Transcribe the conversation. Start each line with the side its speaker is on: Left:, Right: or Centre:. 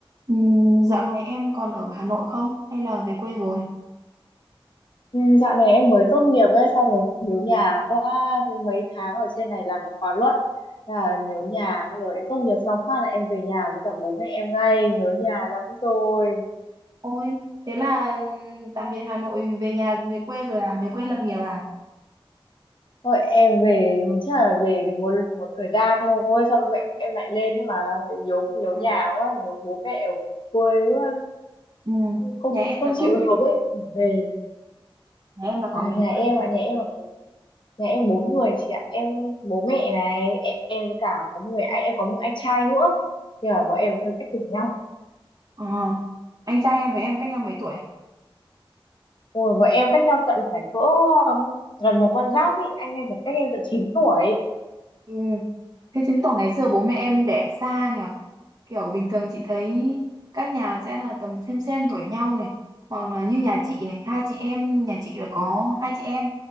Right: Ừm, dạo này em còn ở Hà Nội không? Hay là về quê rồi?
Left: Ừ, dạo này em mới tốt nghiệp ấy, xong rồi nhớ nhà quá thế mấy tháng ở trên này làm cái khóa luận Thế là nhớ nhà bây giờ em tốt nghiệp xong phát là em về nhà với cả bố mẹ em ngay nhớ nhà lắm rồi
Right: Ôi, thế là ừm, tạm biệt Hà Nội, về nhà về quê rồi à? Về quê lập nghiệp à?
Left: thôi em về chắc là về một một thời gian thôi xong mẹ em lại lên ấy mà Tại nhớ nhớ
Right: À,
Left: nhà quá nhớ bố mẹ ở quê quá
Right: ừm,
Left: không
Right: Nhà em
Left: không
Right: là có
Left: chịu
Right: mấy
Left: được
Right: người?
Left: ấy về
Right: Nhà em là có
Left: à
Right: mấy
Left: nhà
Right: người?
Left: em ạ nhà em là nhà em bốn người chị ạ em bố mẹ này em, em với cả có một người anh em có một anh trai nữa nhưng mà bọn em hơi cách tuổi nhau
Right: À, anh trai em với em cách nhau mấy tuổi?
Left: Ôi, bọn em cách nhau tận phải cỡ um, gần một con giáp ý anh em phải cách em tận 9 tuổi
Right: Ui, Thế chứng tỏ ngày xưa bố mẹ em đẻ xa nhở? Kiểu bình thường chị thấy các nhà sẽ là tầm xem xem tuổi nhau này, hoặc là như nhà chị này, hai chị em, nhà chị là có hai chị em,